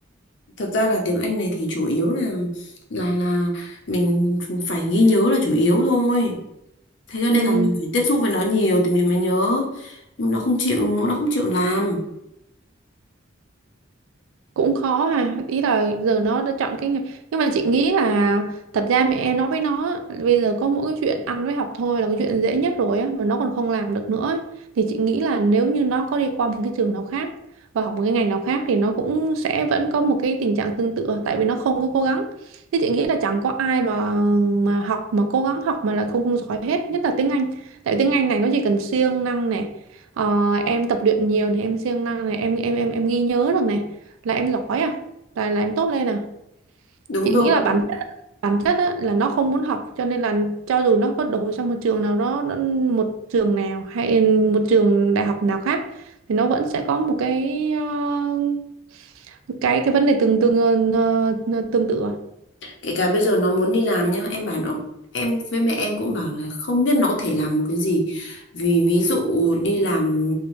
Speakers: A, on the left; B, on the right.
A: thật ra là tiếng Anh này thì chủ yếu là là là mình phải ghi nhớ là chủ yếu thôi thế cho nên
B: ừ.
A: là mình phải tiếp xúc với nó nhiều thì mình mới nhớ nhưng nó không chịu nó không chịu làm
B: cũng khó ha ý là giờ nó đã chọn cái nghề- nhưng mà chị nghĩ là thật ra mẹ em nói với nó á, bây giờ có mỗi cái chuyện ăn với học thôi là cái chuyện dễ nhất rồi á mà nó còn không làm được nữa ấy. thì chị nghĩ là nếu như nó có đi qua một cái trường nào khác và học một cái ngành nào khác thì nó cũng sẽ vẫn có một cái tình trạng tương tự tại vì nó không có cố gắng thế chị nghĩ là chẳng có ai mà mà học mà cố gắng học mà là không, không giỏi hết nhất là tiếng Anh tại vì tiếng Anh này nó chỉ cần siêng năng này Ờ, em tập luyện nhiều thì em siêng năng này em em em em ghi nhớ được này là em giỏi à là là em tốt lên à
A: đúng
B: chị
A: rồi
B: nghĩ là bản chất bản chất á, là nó không muốn học cho nên là cho dù nó có đổ sang một trường nào đó nó- một trường nào hay một trường đại học nào khác thì nó vẫn sẽ có một cái ờ, cái cái vấn đề tương tương ờ, ờ, tương tự à.
A: kể cả bây giờ nó muốn đi làm nhá em bảo nó em với mẹ em cũng bảo là không biết nó có thể làm một cái gì vì ví dụ đi làm